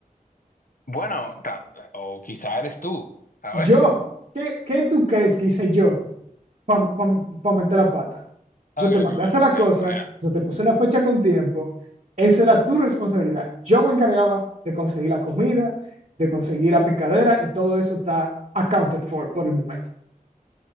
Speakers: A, on the left; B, on the right.
A: Bueno, ta- o quizá eres tú, ¿sabes?
B: Yo, ¿qué, qué tú crees que hice yo para meter la pata? Yo
A: Ok,
B: te
A: ok,
B: mandé
A: mira,
B: a hacer la
A: mira,
B: cosa,
A: mira.
B: yo te puse la fecha con tiempo, esa era tu responsabilidad. Yo me encargaba de conseguir la comida, de conseguir la picadera y todo eso está accounted for por el momento.